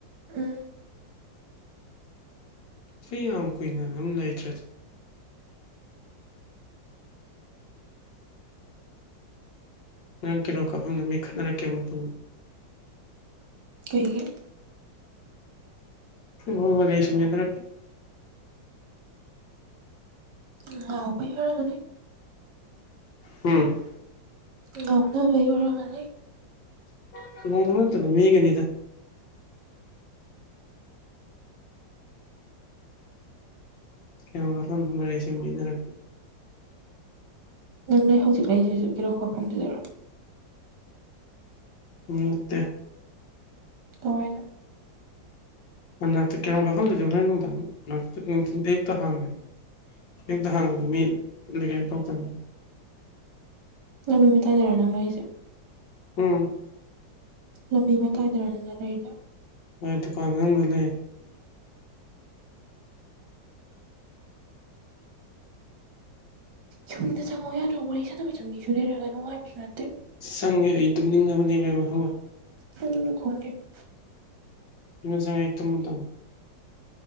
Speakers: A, on the right; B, on the left.
A: ꯎꯝ
B: ꯁꯤ ꯌꯥꯝ ꯀꯨꯏꯅ ꯑꯗꯨꯝ ꯂꯩꯇ꯭ꯔꯦꯗꯤ ꯅꯪ ꯀꯩꯅꯣꯝ ꯀꯥꯐꯝꯗ ꯃꯤ ꯈꯠꯅꯔꯛꯀꯦꯕꯨ
A: ꯀꯩꯒꯤ?
B: <unintelligible>
A: ꯎꯝ ꯉꯥꯎꯕꯩ ꯑꯣꯏꯔꯝꯒꯅꯤ
B: ꯎꯝ
A: ꯉꯥꯎꯅꯕꯩ ꯑꯣꯢꯎꯔꯝꯒꯅꯤ
B: <unintelligible> ꯀ ꯀꯐꯝ ꯃꯔꯩ ꯁꯨꯝ ꯌꯦꯠꯅꯔꯛ
A: ꯅꯪ ꯅꯣꯏ ꯍꯧꯖꯤꯛ ꯂꯩꯁꯤꯁꯨ ꯀꯤꯔꯣꯝ ꯀꯥꯐꯝꯁꯤꯗꯔꯣ
B: ꯅꯠꯇꯦ꯫
A: ꯍꯣꯏꯅ
B: ꯍꯟꯛꯇ ꯀꯩꯅꯣꯝ ꯀꯐꯝꯗꯈ ꯅꯨꯡꯅꯨꯡꯊ ꯑꯌꯨꯛꯇ ꯍꯥꯡꯕꯅꯤ ꯑꯨꯛꯇ ꯍꯪꯉꯗꯤ ꯃꯤ ꯑꯗ ꯀꯩꯅꯣ ꯇꯧꯇꯕꯅꯤ
A: ꯂꯝꯃꯤ ꯇꯥꯗꯔꯥ ꯅꯪ ꯑꯩꯁꯦ
B: ꯎꯝ꯫
A: ꯂꯝꯕꯤ ꯃꯇꯥꯏꯗꯔꯅꯪꯅ ꯂꯩꯔꯤꯗꯣ?
B: ꯃꯣꯏ ꯗꯨꯀꯥꯟ ꯃꯅꯨꯡꯗ ꯂꯩ꯫
A: ꯌꯨꯝꯗ ꯆꯪꯉꯣ ꯌꯥꯗ꯭ꯔꯣ ꯋꯥꯔꯤ ꯁꯥꯟꯅꯕ ꯆꯪꯕꯤꯁꯨ ꯂꯩꯔꯒ ꯅꯨꯡꯉꯥꯏꯕꯁꯨ ꯅꯠꯇꯦ
B: ꯆꯪꯉꯦ ꯑꯩ ꯇꯨꯝꯅꯤꯡꯉꯕꯅꯦ ꯃꯦꯝꯍꯪꯣ
A: <inaudible>
B: ꯌꯨꯝꯗ ꯆꯪꯉꯛꯑ ꯑꯩ ꯇꯨꯝꯃꯥꯙꯧꯅꯦ꯫